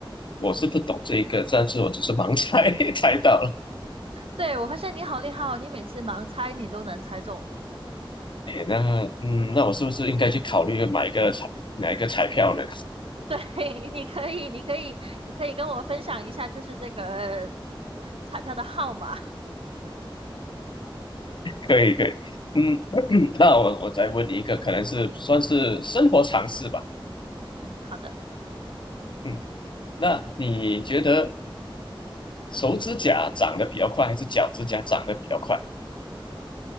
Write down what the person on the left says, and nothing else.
我是不懂这一个，但是我只是盲猜 <laughs> 猜到了。
哎，那嗯，那我是不是应该去考虑买一个彩买一个彩票呢？
可以可以，嗯，<clears throat> 那我我再问你一个，可能是算是生活常识吧，
嗯，那你觉得手指甲长得比较快，还是脚指甲长得比较快？